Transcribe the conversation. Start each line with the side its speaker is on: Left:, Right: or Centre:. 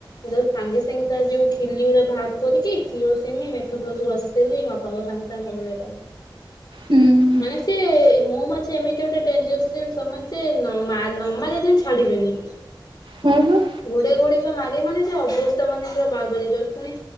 Left: ତାକୁ ସାଙ୍ଗେ ସାଙ୍ଗେ ତା ଯୋଉ ଖିଲି ଗୁରା ବା କରିକି କିରୋସିନି ମେଥପ୍ଲସ ଘଷିଦେଲି ବାପାଙ୍କ ସାଙ୍ଗେ ସାଙ୍ଗେ କମିଗଲା।
Right: ହୁଁ ହୁଁ
Left: ମାନେ ସିଏ ମହୁମାଛି ଏମିତି ଗୋଟେ ଡେଞ୍ଜରିଅସ୍ ଜିନିଷ ମାନେ ସେ ନ ମା ନମାରିଲେ ଯାଏଁ ଛାଡ଼ିବେନି।
Right: ହଁ ବା।
Left: ଗୁଡ଼େଇ ଗୁଡ଼େଇ ବା ମାରିବେ ମାନେ ଅବସ୍ଥା ମାନେ ପୁରା ବାର ବାଜିବ ପୁଣି